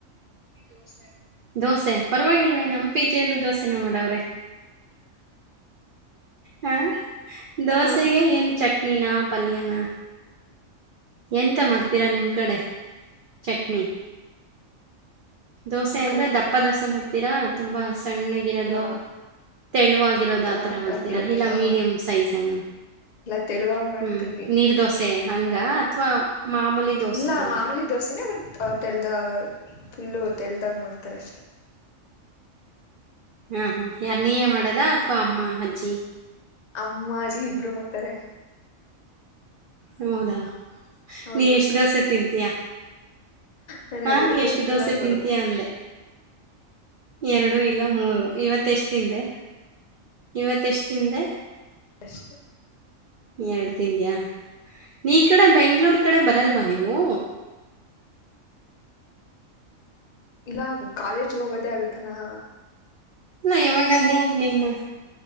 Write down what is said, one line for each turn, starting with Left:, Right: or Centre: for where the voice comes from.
Right: ದೋಸೆ ದೋಸೆ ಪರವಾಗಿಲ್ವೇ ನಮ್ಮ ಪಿಜೆಯಲ್ಲೂ ದೋಸೆನ ಮಾಡವ್ರೆ ಹಾ ದೋಸೆಗೆ
Left: ಆ
Right: ಏನು ಚಟ್ನಿನಾ ಪಲ್ಯನಾ ಎಂತ ಮಾಡ್ತೀರಾ ನಿಮ್ ಕಡೆ ಚಟ್ನಿ ದೋಸೆ
Left: ನಮ್
Right: ಅಂದ್ರೆ
Left: ಕಡೆ
Right: ದಪ್ಪ ದೋಸೆ ಮಾಡ್ತವಿ ರ ತುಂಬ ಸಣ್ಣಾಗಿರೋದು
Left: ಆ
Right: ತೆಳುವಗರೋದು
Left: ಐತಲ್ಲ
Right: ಆತರ ಮಾಡ್ತೀರಾ
Left: ಬಗ್ಗೆ
Right: ಇಲ್ಲ
Left: ಆ
Right: ಮೀಡಿಯಂ ಸೈಜ್ ಹಂಗ
Left: ಎಲ್ಲ ತೆಳುವಾಗಿ ಮಾಡ್ತೀವಿ
Right: ಹ್ಮ ನೀರ್ ದೋಸೆ ಹಂಗ ಅಥವಾ ಮಾಮೂಲಿ ದೋಸೆ
Left: ಇಲ್ಲ
Right: ತರ
Left: ಮಾಮೂಲಿ ದೋಸೆನೆ ಬಟ್ ತೆಳ್ದ ಫುಲ್ಲು ತೆಳ್ದಾಗ ಮಾಡ್ತಾರ ಅಷ್ಟೆ
Right: ಹಾ ಹಾ ಯಾರ್ ನೀವೇ ಮಾಡದಾತ್ ಪಾಮ ಅಜ್ಜಿ
Left: ಅಮ್ಮಾಜಿ ಇಬ್ರು ಮತ್ತಾರೆ
Right: ಹೌದಾ
Left: ಹೌದು
Right: ನೀ ಎಷ್ಟು
Left: ಅಕ್ಕ
Right: ದೋಸೆ ತಿಂತೀಯಾ
Left: ನಾನು
Right: ಹಾಂ
Left: ಎರಡು
Right: ಎಷ್ಟು ದೋಸೆ
Left: ಇಲ್ಲ ಮೂರು
Right: ತಿಂತೀಯಾ ಅಂದೆ ಎರಡು ಇಲ್ಲ ಮೂರು ಇವತ್ತು ಎಷ್ಟು ತಿಂದೆ ಇವತ್ತು ಎಷ್ಟು ತಿಂದೆ
Left: ಅಷ್ಟ
Right: ಎಡ್ ತಿಂದಯಾ ನೀ ಕಡೆ ಬೆಂಗಳೂರು ಕಡೆ ಬರಲ್ವಾ ನೀವು
Left: ಆ, ಇಲ್ಲ ಕಾಲೇಜ್ಗೆ ಹೋಗೋದೇ ಆಗತ್ತಲ್ಲಾ
Right: ಇಲ್ಲ ಯಾವಾಗಾದ್ರೂ ನಿಮ್ಮ